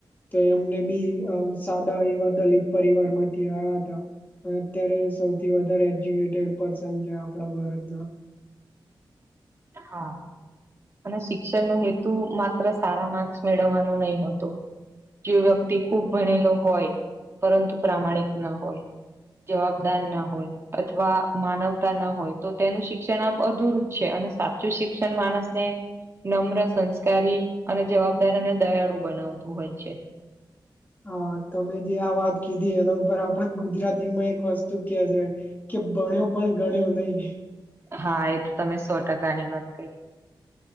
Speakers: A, on the left; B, on the right.
A: તો એમને બી સાદા એવા દલિત પરિવાર માંથી આવ્યા હતા. અત્યારે સૌથી વધારે એજ્યુકેટેડ પર્સન છે આપણા ભારતના
B: હા. અને શિક્ષણ ન હેતુ માત્ર સારા માર્ક્સ મેળવવાનું નહી હોતું. જે વ્યક્તિ ખૂબ ભણેલો હોય પરંતુ પ્રામાણિક ન હોય. જવાબદાર ના હોય અથવા માનવતા ના હોય તો તેનું શિક્ષણ આમ અધુરુંપ છે અને સાચું શિક્ષણ માણસ ને નમ્ર સંસ્કારી અને જવાબદાર અને દયાળુ બનાવતું હોય છે.
A: હા તમે જે આ વાત કીધી એના ઉપર આપડા ગુજરાતી માં એક વસ્તુ કે છે. કે ભણ્યો પણ ગણ્યો નહી.
B: હા એ તો તમે સો ટકા ની વાત કરી.